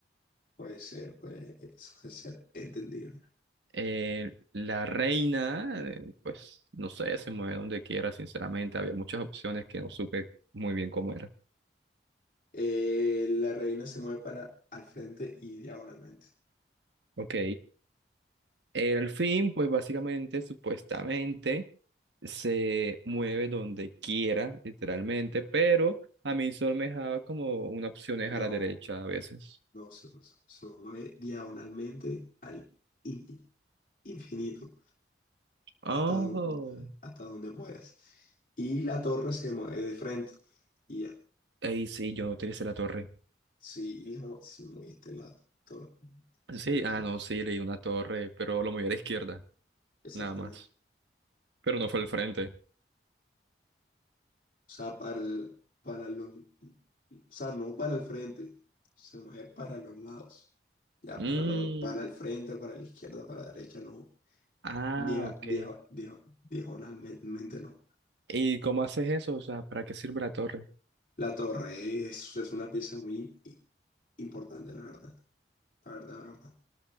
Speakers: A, on the left (about 45°); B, on the right (about 80°).
A: Puede ser, puede, eso puede ser entendible.
B: Eh, la reina, eh, pues no sé, se mueve donde quiera, sinceramente. Había muchas opciones que no supe muy bien cómo era.
A: Eh, la reina se mueve para al frente y diagonalmente.
B: Ok. El fin, pues básicamente, supuestamente, se mueve donde quiera, literalmente, pero a mí solo me dejaba como una opción es
A: No,
B: a la derecha a veces.
A: no, se, se- se mueve diagonalmente al in- infinito,
B: Oh.
A: hasta donde, hasta donde puedas. Y la torre se mueve de frente. Y ya.
B: Ey, sí, yo no utilicé la torre.
A: Si, la- si moviste la torre.
B: Sí,
A: la-
B: ah, no, sí, leí una torre, pero lo moví a la izquierda,
A: exactamente.
B: nada más. Pero no fue al frente.
A: O sea, para el- para los, o sea, no para el frente, sino es para los lados. Ya
B: Mm.
A: para lo, para el frente, para la izquierda, para la derecha, no.
B: Ah,
A: Dia-
B: ok.
A: dia- dia- diagonalmente no.
B: ¿Y cómo haces eso? O sea, ¿para qué sirve la torre?
A: La torre es, es una pieza muy i- importante, la verdad. La verdad, la verdad.